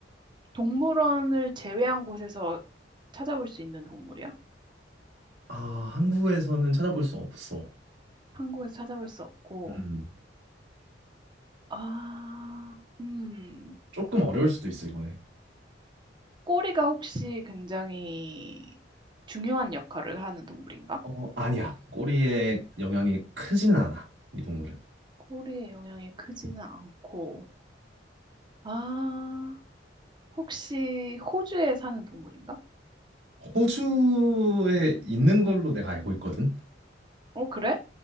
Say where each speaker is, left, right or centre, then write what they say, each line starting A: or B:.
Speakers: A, on the right; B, on the right.
A: 동물원을 제외한 곳에서 찾아볼 수 있는 동물이야?
B: 아, 한국에서는 찾아볼 수 없어.
A: 한국에서 찾아볼 수 없고.
B: 음.
A: 아, 음.
B: 조금 어려울 수도 있어, 이번에.
A: 꼬리가 혹시 굉장히 중요한 역할을 하는 동물인가?
B: 어, 아니야. 꼬리에 영향이 크지는 않아, 이 동물은.
A: 꼬리의 영향이 크지는 않고. 아, 혹시 호주에 사는 동물인가?
B: 호주에 있는 걸로 내가 알고 있거든.
A: 어, 그래?